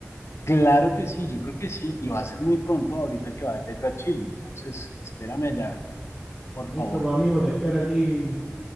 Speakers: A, on the left; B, in the centre.
A: Claro que sí, yo creo que sí, y va a ser muy pronto ahorita que vaya yo a Chile, entonces espérame allá, por
B: Listo,
A: favor.
B: pues, amigo, te espero aquí